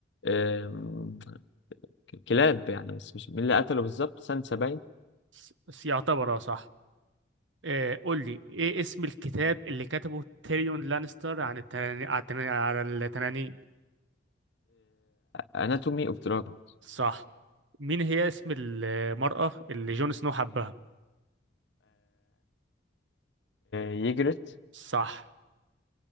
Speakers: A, on the left; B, on the right.
A: آم، ك- كلاب يعني بس مش مين اللي قتله بالظبط سانسا باين
B: س- س- يعتبر اه صح آه قول لي ايه اسم الكتاب اللي كتبه تيريون لانستر عن التنانين على التنا- على التنانين
A: اناتومي اوف دراجون
B: صح مين هي اسم المرأة اللي جون سنو حبها
A: يجرت
B: صح